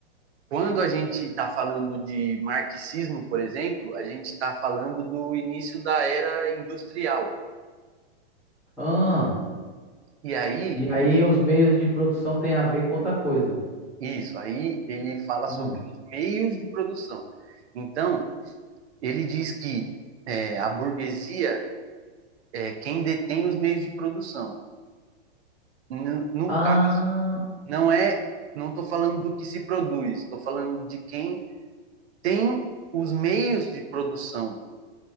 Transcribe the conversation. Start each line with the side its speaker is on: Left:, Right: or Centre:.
Right: quando a gente está falando de marxismo, por exemplo, a gente está falando do início da era industrial.
Centre: ahn.
Right: E aí,
Centre: E aí os meios de produção têm a ver com outra coisa.
Right: isso, aí ele fala
Centre: Ahn.
Right: sobre os meios de produção. Então, ele diz que é, a burguesia é quem detém os meios de produção. No, no
Centre: Ah,
Right: caso, não é, não estou falando do que se produz, estou falando de quem tem os meios de produção.